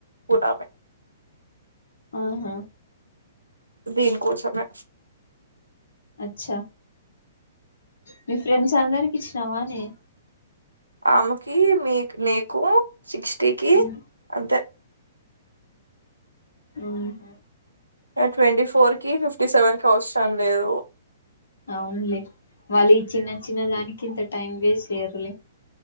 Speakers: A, on the right; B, on the left.
A: ఉడమే
B: ఆహా
A: దీనికోసమే
B: అచ్చ మీ ఫ్రెండ్స్ అందరికీ ఇచ్చినావనే
A: ఆమెకి మీక్ నీకు సిక్స్టీకి
B: ఉహు
A: అంతే
B: మ్మ్ ఉహ్మ్
A: ఆ ట్వంటీ ఫోర్ కి ఫిఫ్టీ సెవెన్‌కి అవసంలేదు
B: అవునులే వాళ్ళు ఈ చిన్న చిన్న దానికి ఇంత టైం వేస్ట్ చేయ్యరులే